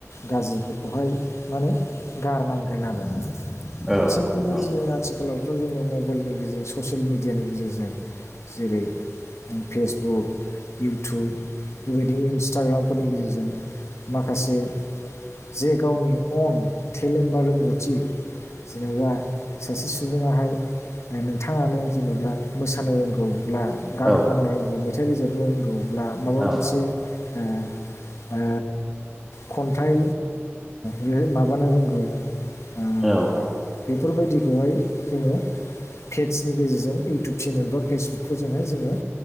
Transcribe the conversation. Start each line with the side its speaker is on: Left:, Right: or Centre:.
Left: गाज्रि बेवहाय माने गारनांगोन आरोना
Centre: औ
Left: थिग बेबायदिनो
Centre: नंगौ
Left: आथिखालाव बे जोंङा मबेलनि गेजेरजों ससियेल मेडियानि गेजेरजों जेरै फेसबुक इउटुब बेबायदि इन्सटाग्रामफोरनि गेजेरजों माखासे जे गावनि अन टेलेन्ट बा रोंगौथि जेनेबा सासे सुबुङाहाय नायनो बिथाङानो जेनेबा मोसानो रोंगौ ल्बागान
Centre: औ
Left: खननो रोंगौ मेथाइ रोजाबनो रोंगौ ना माबा
Centre: औ
Left: मोनसे ओ ओ खन्थाइ उम माबानो रोंगौ उम
Centre: औ
Left: बेफोरबायदिखौहाय जोङो पेदसनि गेजेरजों इउटुब चेनेल बा फेसबुकफोरजोंहाय जोङो